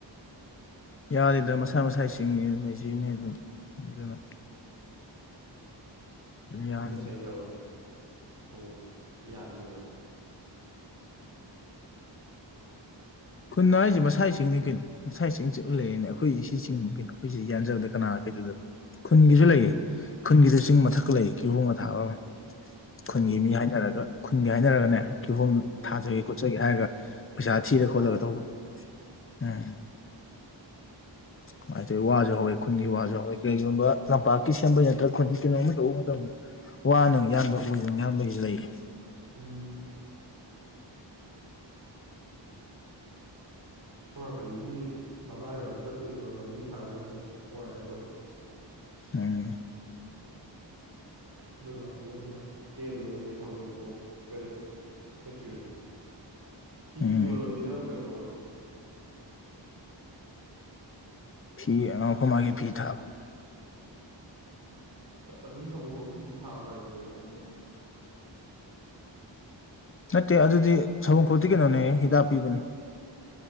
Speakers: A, on the left; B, on the right.
A: ꯌꯥꯔꯤꯗ ꯃꯁꯥ ꯃꯁꯥꯁꯤꯡꯒꯤ ꯑꯗꯨ ꯂꯩꯖꯔꯤꯕꯅꯤ ꯑꯗꯨꯝ ꯑꯗꯨꯅ ꯑꯗꯨꯝ
B: ꯈꯨꯟꯅ
A: ꯌꯥꯕꯅꯤ
B: ꯆꯩꯗꯕ ꯁꯨꯝ ꯌꯥꯝꯕꯗ
A: ꯈꯨꯟꯅ ꯍꯥꯏꯁꯦ ꯃꯁꯥꯒꯤ ꯆꯤꯡꯅꯤ ꯀꯩꯅꯣ ꯉꯁꯥꯁꯤꯡ ꯆꯠꯂ ꯂꯩꯔꯅꯦ ꯑꯩꯈꯣꯏ ꯁꯤ ꯆꯤꯡꯅꯤ ꯀꯩꯅꯣ ꯑꯩꯈꯣꯏꯁꯤ ꯌꯥꯟꯖꯕꯗ ꯀꯅꯥ ꯀꯩꯗꯧꯗꯅꯣ ꯈꯨꯟꯒꯤꯁꯨ ꯂꯩꯌꯦ ꯈꯨꯟꯒꯤꯁꯨ ꯆꯤꯡ ꯃꯊꯛ ꯂꯩ ꯀꯤꯍꯣꯡ ꯑꯊꯥꯕ
B: ꯎꯝ
A: ꯈꯨꯟꯒꯤ ꯃꯤ ꯍꯥꯏꯅꯔꯒ ꯈꯨꯟꯒꯤ ꯍꯥꯏꯅꯔꯒꯅꯦ ꯀꯤꯍꯣꯝ
B: ꯎꯝ
A: ꯊꯥꯖꯒꯦ ꯈꯣꯠꯆꯒꯦ ꯍꯥꯏꯔꯒ ꯄꯁꯥ ꯊꯤꯔ
B: ꯆꯥꯛꯀ
A: ꯈꯣꯂꯒ ꯇꯧꯕꯗꯨ ꯎꯝ
B: <unintelligible>
A: ꯀꯃꯥꯏꯅ ꯇꯧꯋꯤ ꯋꯥꯁꯨ ꯍꯧꯋꯦ ꯈꯨꯟꯒꯤ ꯋꯥꯁꯨ ꯍꯧꯋꯦ ꯀꯩꯒꯨꯝꯕ ꯂꯝꯄꯥꯛꯀꯤ ꯁꯦꯝꯕꯩ ꯅꯠꯇ꯭ꯔꯥ ꯈꯨꯟꯒꯤ ꯀꯩꯅꯣꯝꯃ ꯇꯧꯕ ꯃꯇꯝꯗ ꯋꯥꯅ ꯌꯥꯟꯕ ꯎꯗꯨꯅ ꯌꯥꯟꯕꯒꯤꯁꯨ ꯂꯩꯔꯤ
B: ꯎꯝ ꯊꯣꯔꯥꯈꯟꯒꯤ ꯂꯝꯂꯥꯏꯔꯣꯗ ꯆꯠꯄꯩꯗꯣ ꯂꯝꯕꯤ ꯐꯔꯒꯗꯤ ꯅꯨꯡꯉꯥꯏꯒꯗꯕ
A: ꯎꯝ
B: ꯑꯗꯨ ꯂꯥꯛꯄꯅꯦ ꯑꯅ ꯇꯦꯟꯕꯅꯦ ꯑ ꯅꯣꯏ ꯁꯒꯨꯝ ꯈꯣꯛꯇꯩ ꯆꯠꯈꯤꯕꯗꯣ ꯐꯤ
A: ꯎꯝ
B: ꯌꯣꯜꯂꯝꯃꯤꯔꯕ ꯀꯩꯅꯣꯕ
A: ꯐꯤ ꯑ ꯑꯩꯈꯣꯏ ꯃꯥꯒꯤ ꯐꯤ ꯊꯥꯕ
B: ꯑꯗꯨꯝ ꯁꯪꯒꯣ ꯐꯥꯎꯗꯣ ꯑꯗꯨꯝ ꯊꯥꯕ꯭ꯔꯥꯁꯦ ꯅꯣꯏꯅ ꯍꯪꯒꯦ
A: ꯅꯠꯇꯦ ꯑꯗꯨꯗꯤ ꯁꯕꯣꯝ ꯈꯧꯗꯤ ꯀꯩꯅꯣꯅꯦ ꯍꯤꯗꯥꯛ ꯄꯤꯕꯅꯦ